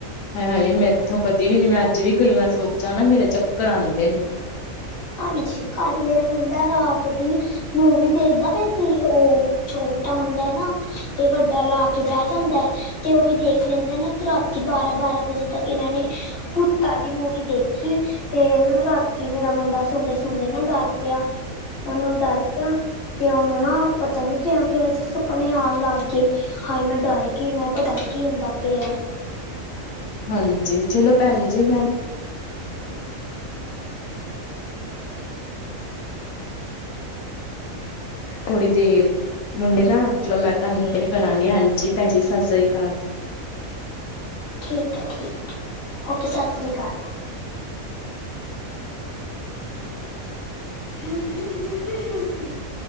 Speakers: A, on the left; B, on the left.
A: ਹਾਏ, ਹਾਏ ਮੈਂ ਇੱਥੋਂ ਕਦੀ ਵੀ ਨੀ ਮੈਂ ਅੱਜ ਵੀ ਕਈ ਵਾਰ ਸੋਚਾਂ ਨਾ ਮੇਰੇ ਚੱਕਰ ਆਂਦੇ ਨੇ।
B: ਹਾਂਜੀ ਕੱਲ ਮੇਰਾ ਮੁੰਡਾ ਰਾਤ ਦੀ ਮੂਵੀ ਦੇਖਦਾ ਪਿਆ ਸੀ, ਉਹ ਛੋਟਾ ਮੁੰਡਾ ਐ ਨਾ, ਤੇ ਵੱਡਾ ਲਾ ਕੇ ਬਹਿ ਜਾਂਦਾ ਐ। ਤੇ ਉਹ ਵੀ ਦੇਖ ਲੈਂਦਾ ਨਾ ਤੇ ਰਾਤੀ ਬਾਰਾਂ- ਬਾਰਾਂ ਵਜੇ ਤੱਕ ਇਹਨਾਂ ਨੇ ਭੂਤ ਦੀ ਮੂਵੀ ਦੇਖੀ ਕਿ ਤੇ ਨਾ ਰਾਤੀ ਮੇਰਾ ਮੁੰਡਾ ਸੌਦੇ -ਸੁੰਦੇ ਨਾ ਡਰ ਪਿਆ। ਉਹਨੂੰ ਡਰ ਪਿਆ ਤੇ ਉਹਨੂੰ ਨਾ ਪਤਾ ਨੀ ਕਿਹ -ਕਿਹੋ ਜਿ ਸੁਪਨੇ ਆਣ ਲੱਗ ਗਏ। ਹਾਏ ਮੈਂ ਡਰ ਗਈ ਮੈਂ ਪਤਾ ਨੀ ਕੀ ਹੁੰਦਾ ਪਿਆ।
A: ਹਾਂਜੀ ਚਲੋ ਭੈਣ ਜੀ ਮੈਂ ਥੋੜੀ ਦੇਰ ਮੁੰਡੇ ਦਾ ਚਲੋ ਮੈਂ ਤੁਹਾਨੂੰ ਕਰਾਂਗੇ ਹਾਂਜੀ, ਭੈਣ ਜੀ ਸਸਰੀ ਕਾਲ।
B: ਠੀਕ ਐ, ਠੀਕ ਐ, ਓਕੇ ਸਸਰੀ ਕਾਲ। <unintelligible>